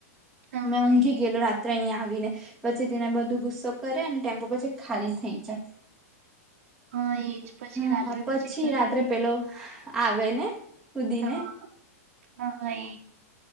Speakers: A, on the right; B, in the centre.
A: હા
B: મેં ઊંઘી
A: એ
B: અહીયા આવીને પછી તેને બધું ગુસ્સો કરે અને ટેમ્પો પછી ખાલી થઈ જાય
A: હા એજ પછી
B: હા
A: રાત્રે
B: પછી
A: ફરીથી
B: રાત્રે પેલો આવે ને કુદી
A: હા
B: ને
A: હા એ